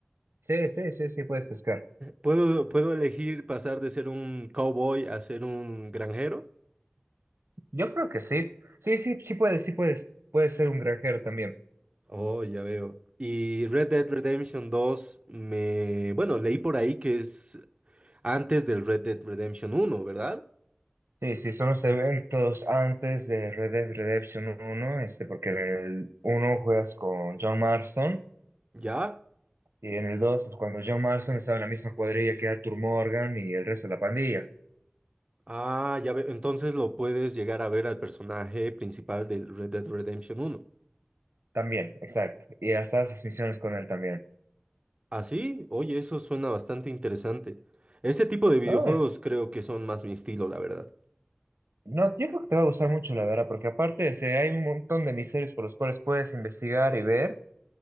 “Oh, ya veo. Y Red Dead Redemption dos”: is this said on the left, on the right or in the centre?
Right